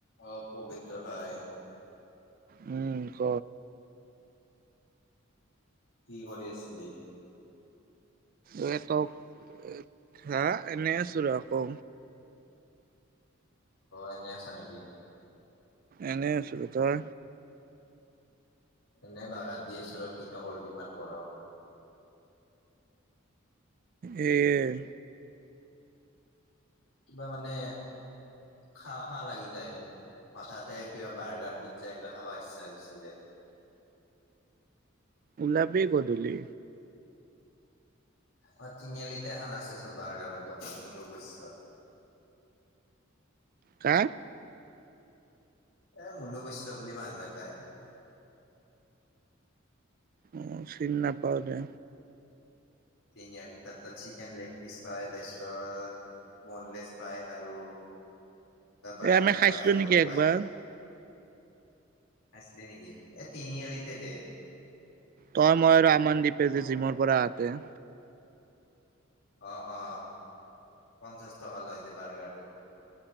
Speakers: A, on the left; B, on the right.
A: অ পবিত্ৰ ভাই
B: উম ক
A: কি কৰি আছিলি
B: ঁতকা এনে আছো ৰকৌ
A: অনেেছ নেকি
B: এনেই আছো তই
A: এনেই বাগান দি আছো ৰ কি নকৰবি ইমান গৰম
B: এই
A: কিবা মানে খা খা লাগি যায় হঠাতে কিবা বাৰ্গাৰ পিজ্জা এইগিলা খাব ইচ্ছা গুচি যায়
B: ওলাবি গধূলি
A: অ তিনিআলিতে এখন আছেচোন বাৰ্গাৰৰ দোকান মনু বৰ
B: কা
A: এ মনবৈশ্য বুলি মানুহ এটাই
B: অ চিনি নাপাও দে।
A: তিনিআলিৰ তাত-তাত চিকেন লেগপিচ পায় তাৰছত। বনলেছ পায় আৰু বাৰ্গাৰ
B: এ আমি খাইছিলো
A: পায়
B: নেকি
A: ৰোল
B: একবাৰ
A: পায়। আছিলে নেকি এ তিনি আলিতে দে
B: তই মই আৰু আমানদ্বীপেযে
A: অ
B: জিমৰ পৰা আহোতে।
A: অ-অ পঞ্চাছ টকা লৈ যে বাৰ্গাৰটো।